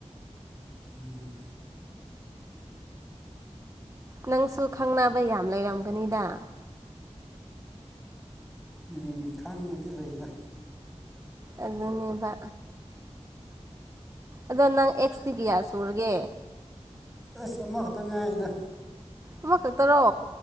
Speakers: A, in the centre; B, on the right.
A: ꯎꯝ
B: ꯅꯪꯁꯨ ꯈꯪꯅꯕ ꯌꯥꯝ ꯂꯩꯔꯝꯒꯅꯤꯅ
A: ꯎꯝ ꯈꯪꯕꯗꯤ ꯂꯩꯗ
B: ꯑꯗꯨꯅꯦꯕ ꯑꯗꯧ ꯅꯪ ꯑꯦꯛꯁꯇꯤ ꯀꯌꯥ ꯁꯨꯔꯒꯦ
A: ꯑꯁ ꯑꯃꯈꯛꯇ ꯉꯥꯏꯔꯤꯗ
B: ꯑꯃ ꯈꯛꯇꯔꯣ